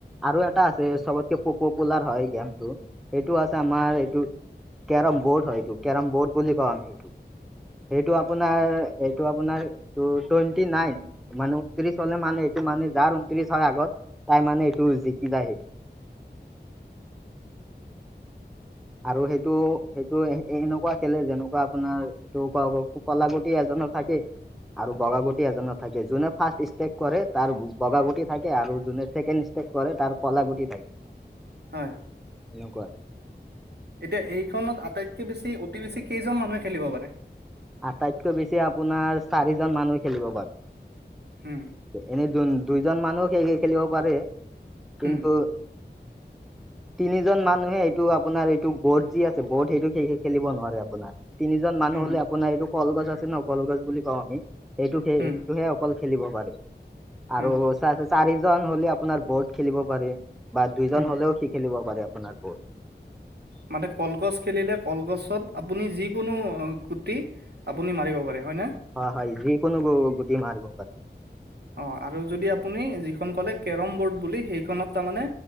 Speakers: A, in the centre; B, on the right (about 65°).
A: আৰু এটা আছে চবতকে প-পপুলাৰ হয় গেমটো সেইটো আছে আমাৰ এইটো কেৰম বৰ্ড হয় এইটো কেৰম বৰ্ড বুলি কওঁ আমি এইটো। সেইটো আপোনাৰ এইটো আপোনাৰ এইটো টুৱেণ্টি নাইন। মানে ঊনত্ৰিশ হলে মানে এইটো মানে যাৰ ঊনত্ৰিশ হয় আগত তাই মানে এইটো জিকি যায় সেইটো। আৰু সেইটো সেইটো এনেকুৱা খেলে যেনেকুৱা আপোনাৰ এইটো কোৱা কলাগুটি এজনৰ থাকে আৰু বগা গুটি এজনৰ থাকে যোনে ফাৰ্ষ্ট ইষ্টেক কৰে তাৰ বগা গুটি থাকে আৰু যোনে ছেকেণ্ড ষ্টে কৰে তাৰ কলা গুটি থাকে।
B: হয়।
A: এনেকুৱা।
B: এতিয়া এইখনত আটাইতকে বেছি অতি বেছি কেইজন মানুহে খেলিব পাৰে?
A: আটাইতকৈ বেছি আপোনাৰ চাৰিজন মানুহ খেলিব পাৰে।
B: হম।
A: এনেই দু-দুইজন মানুহ খে-খে-খেলিব পাৰে কিন্তু
B: উম
A: তিনিজন মানুহে এইটো আপোনাৰ এইটো বৰ্ড যি আছে বৰ্ড সেইটো খেলিব নোৱাৰে আপোনাৰ। তিনিজন মানুহ
B: উম
A: হ'লে আপোনাৰ এইটো কলগছ আছে ন কলগছ বুলি কওঁ আমি সেইটো সেই
B: হুম,
A: সেইটোহে খেলিব পাৰি
B: হুম,
A: আৰু চা-চাৰিজন হলে আপোনাৰ বৰ্ড খেলিব পাৰে। বা দুইজন
B: হুম।
A: হ'লেও সি খেলিব পাৰে আপোনাৰ বহুত।
B: মানে কলগছ খেলিলে কলগছত আপুনি যিকোনো গুটি আপুনি মাৰিব পাৰে হয়নে?
A: হয়, হয় যিকোনো গো-গুটি মাৰিব পাৰে।
B: অ', আৰু যদি আপুনি যিখন ক'লে কেৰম বৰ্ড বুলি সেইখনত তাৰমানে।